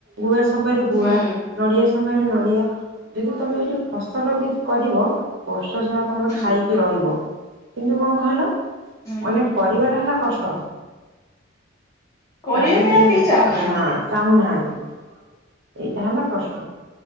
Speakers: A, on the right; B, on the left.
A: ଗୁଆ ସମୟରେ ଗୁଆ
B: ହୁଁ
A: ନଡ଼ିଆ ସମୟରେ ନଡ଼ିଆ ଯଦି ତମେ ଏଇଠି ଫସଲ ବି କରିବ ପ ସ ତମର
B: ହୁଁ।
A: ଖାଇକି ରହିବ କିନ୍ତୁ କଣ କହିଲ?
B: ହୁଁ
A: ମାନେ କରିବାଟା ହେଲା କଷ୍ଟ
B: କରିବା
A: କାଳିଦେ
B: ପାଇଁ ଆଉ କେହି ଚାହୁଁନାହାନ୍ତି।
A: ହଁ ଚାହୁଁନାହାନ୍ତି। ଏଇଟା ହେଲା କଷ୍ଟ